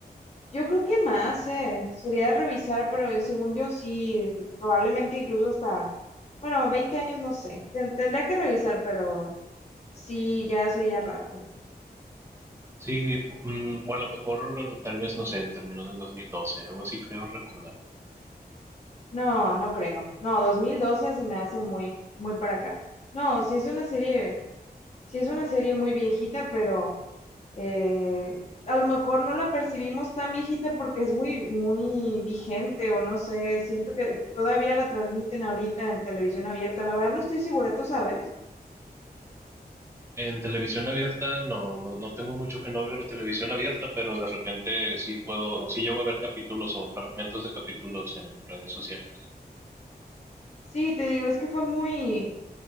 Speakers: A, on the left; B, on the right.
A: Yo creo que más, eh. Sería revisar, pero eh, según yo sí, probablemente incluso hasta, bueno, 20 años, no sé. Ten- Tendría que revisar, pero sí, ya hace ya rato.
B: Sí, p- mm, o a lo mejor tal vez, no sé, terminó en el 2012, algo así creo recordar.
A: No, no creo. No, 2012 se me hace muy, muy para acá. No, si es una serie sí es una serie muy viejita, pero eh, a lo mejor no la percibimos tan viejita porque es muy, muy vigente o no sé, siento que todavía la transmiten ahorita en televisión abierta, la verdad no estoy segura, ¿tú sabes?
B: En televisión abierta, no, no, no tengo mucho que no veo la televisión abierta, pero de repente sí puedo, sí llego a ver capítulos o fragmentos de capítulos en redes sociales.
A: Sí, te digo, es que fue muy,